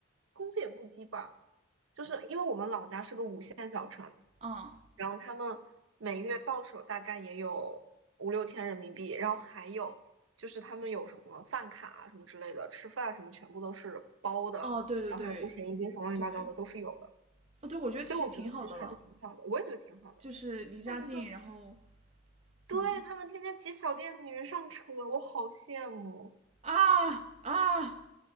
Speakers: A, on the right; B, on the right.
A: 工资也不低吧。就是因为我们老家是个五线小城，
B: 嗯，
A: 然后他们每月到手大概也有五六千人民币，然后还有就是他们有什么饭卡啊什么之类的，吃饭什么全部都是包的，
B: 哦，对对对
A: 然后还有五险一金什么乱七八糟的都是有的，
B: 对，哦对，我觉得其实挺好的了，
A: 所以我觉得其实还是挺好的，我也觉得挺好的。
B: 就是离家近，
A: 再一个，
B: 然后
A: 对，
B: 嗯
A: 他们天天骑小电驴上车，我好羡慕，
B: 啊啊，